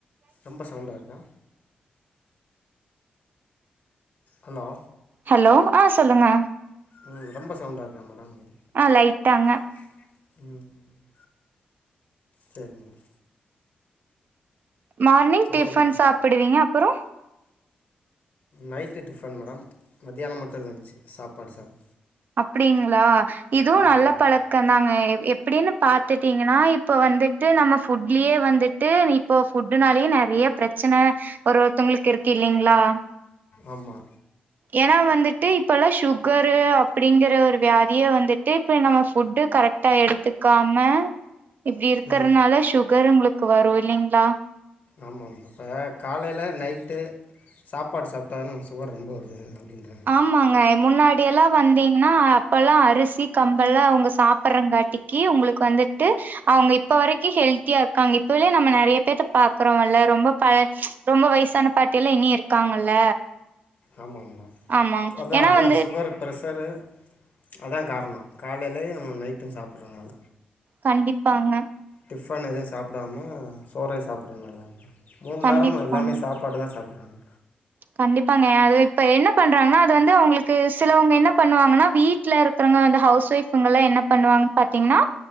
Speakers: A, on the left; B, on the right.
A: ரொம்ப சவுண்டா இருக்கா ஹலோ
B: ஹலோ அ சொல்லுங்க
A: ம் ரொம்ப சவுண்டா இருக்கா மேடம் இங்
B: அ லைட்டாங்க
A: ம் சேரி மேடம்
B: மார்னிங்
A: சொல்லுங்கள்
B: டிஃபன்
A: மேடம்
B: சாப்பிடுவீங்க அப்றோ
A: நைட்டு டிஃபன் மேடம் மத்தியான மட்டூ லன்ச் சாப்பாடு சாப்
B: அப்பிடிங்ளா இதுவூ
A: ஆமாம்
B: நல்ல
A: மேடம்
B: பழக் கந்தாங்க எ எப்புடின்னு பாத்துட்டீங்கனா இப்ப வந்துட்டு நம்ம ஃபுட்லியே வந்துட் டு இப்போ ஃபுட்டுனாலே நெறைய பிரச்சன ஒரு ஒருத்தவங்களுக்கு இருக்கு இல்லிங்ளா
A: ஆமா
B: எனா வந்துட்டு இப்பலா சுகரு அப்புடிங்கற ஒரு வியாதியே வந்துட்டு இப்ப நம்ம ஃபுட்டு கரெக் ட்டா எடுத்துகாம இப்டி இருக்கறனால
A: ம்
B: சுகர் உங்ளுக் வரூ இல்லிங்ளா
A: ஆமா மேடம் இப்ப காலைல நைட்டு சாப்பாடு சாப்ட்டா னுங் சுகர் ரொம்ப வருது அப்படிங்றா
B: ஆமாங்க முன்னாடியல்லா வந்தீங்னா அப்பல்லா அரிசி கம்பெல்லா அவுங்க சாப்பற்றங் காட்டி கி உங்ளுக் வந்துட்டு அவுங்க இப்ப வரைக்கு ஹெல்தியா இருக்காங்க இப்பலே நம்ம நெறைய பேத்த பாக்குறோ அல்ல ரொம்ப ப ரொம்ப வயசான பாட்டியல்ல இன்னி இருக்காங்கல்ல
A: ஆமாங் மேடம்
B: ஆமாங்க
A: அதா
B: ஏன்னா
A: அதா
B: வந்து
A: சுகரு பிரஸ் ஸரு அதா காரணோ காலலியு நைட்டு சாப்புற்னால
B: கண்டிப்பாங்க
A: டிஃபன் எதுவு சாப்டாம சோறே சாப்பறநாள தா மே மூணுநேரமு
B: கண்டிப்பாங்க
A: எல்லாமே சாப் பாடு தா சாப்பறாங்க
B: கண்டிப்பாங்க அது இப்ப என்ன பண்றாங்னா அது வந்து உங்ளுக்கு சிலவுங்க இன்ன பண்ணுவாங்கனா வீ ட்ல இருக்கறங்க வந்து ஹவுஸ் ஒயஃவ்ங்கலா என்ன பண்ணுவாங்கனு பாத்தீங்ன்னா